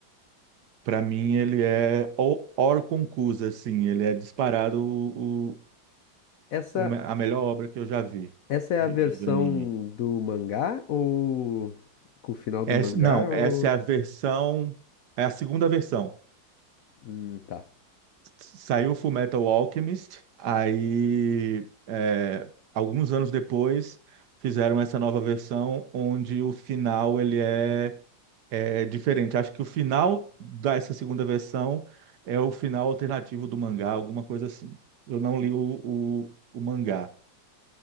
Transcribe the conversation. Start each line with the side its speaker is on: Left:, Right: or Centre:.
Right: Para mim ele é or or conclusa, assim, ele é disparado o, o-
Left: Essa,
Right: o me- a melhor obra que eu já vi
Left: essa é
Right: de,
Left: a versão
Right: de anime.
Left: do mangá ou com o final do
Right: Essa,
Left: mangá
Right: não,
Left: ou
Right: essa é a versão, é a segunda versão.
Left: Hum, tá.
Right: saiu Fullmetal Alchemist, aí é, alguns anos depois fizeram essa nova versão onde o final ele é, é diferente. Acho que o final dessa segunda versão é o final alternativo do mangá, alguma coisa assim. Eu não li o, o, o mangá.